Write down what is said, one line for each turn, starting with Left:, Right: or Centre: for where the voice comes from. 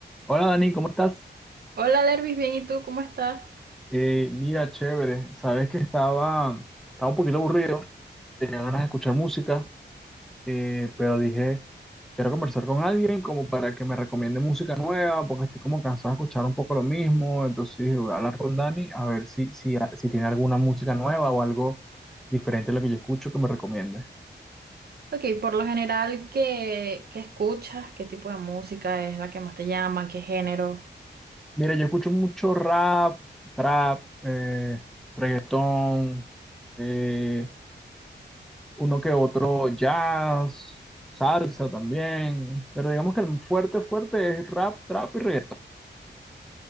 Centre: Hola Dani, ¿cómo estás?
Right: Hola, Lervis, bien, ¿y tú cómo estás?
Centre: Eh, mira, chévere. Sabes que estaba, estaba un poquito aburrido, tenía ganas de escuchar música, eh, pero dije, quiero conversar con alguien como para que me recomiende música nueva, porque estoy como cansado de escuchar un poco lo mismo. Entonces dije, voy a hablar con Dani a ver si, si, si tiene alguna música nueva o algo diferente a lo que yo escucho que me recomiende.
Right: Ok, por lo general, ¿qué, qué escuchas? ¿Qué tipo de música es la que más te llama? ¿Qué género?
Centre: Mira, yo escucho mucho rap, trap, eh, reggaetón, eh, uno que otro jazz, salsa también, pero digamos que el fuerte, fuerte es rap, trap y reggaetón.